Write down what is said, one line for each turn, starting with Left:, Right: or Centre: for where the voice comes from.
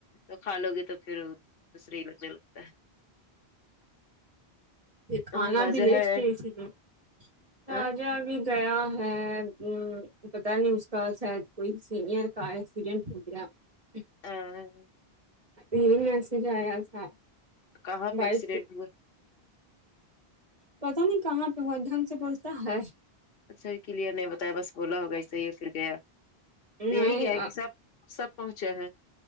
Left: تو کھا لو گے تو پھر دوسرے ہی لگنے لگتا ہے
Right: پھر
Left: ہے
Right: کھانا
Left: اور راجا
Right: بھی لیٹ
Left: ہے
Right: اسپیس ہی تھے ناگا
Left: ہاں
Right: بھی گیا ہے پتا نہیں اس کا شاید کوئی سینئر کا ایکسیڈینٹ ہو گیا <unintelligible>
Left: ہاں
Right: یہی میسج آیا تھا
Left: کہاں پہ
Right: بائک
Left: ایکسیڈینٹ
Right: سے
Left: ہوئے
Right: پتا نہیں کہاں پہ ہوا ڈھنگ سے بولتا ہے
Left: اچھا و کلیئر نہیں بتایا بس بولا ہوگا اسے ہی پھر گیا تو
Right: نہیں
Left: یہی گیا کہ سب سب پہنچے ہیں